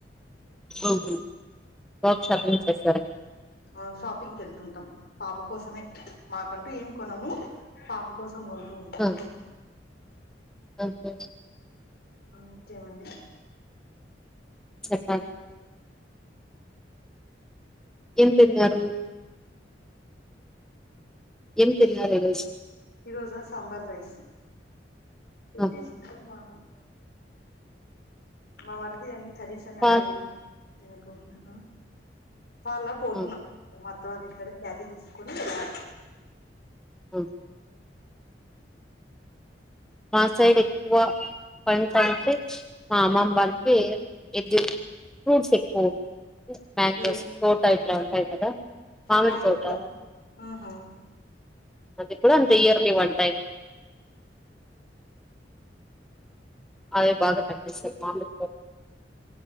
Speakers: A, in the centre; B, on the left.
A: ఓహో ఏం షాపింగ్ చేస్తారండి
B: ఆ షాపింగ్కి వెళ్తుంటాం పాప కోసమే మాకంటూ ఏం కొనము పాప కోసం కోసం కొంటు ఉంటాం
A: ఆ ఓకే
B: ఓకేమండి
A: చెప్పం ఎంతరు ఏం తెరిదు రోజి
B: ఈ రోజు సాంబార్ రైస్ పెట్టి
A: ఆ
B: మా మామారుది అ కరిసని
A: పా
B: ఆట్లే భెటీటి తకుడా పర్లా పోతున్నా
A: ఆ
B: మ తర్వాత మీక్కడ క్యారీ తీసుకొని వె
A: ఆఓ మాసైడ్ ఎక్కువ పంత అంటే మా అమ్మమ్ వారికి ఎ ఫ్రూట్స్ ఎక్కువ ఉంది మ్యాంగోస్
B: ఏ
A: తోట ఇట్లా ఉంటాయి కదా మామిడి
B: మ్యాంగో
A: తోట
B: ఇస్తారా ఆహా
A: అది కూడా అంత ఇయర్లీ వన్ టైమ్ అవిే బాగా కండిస్త మామి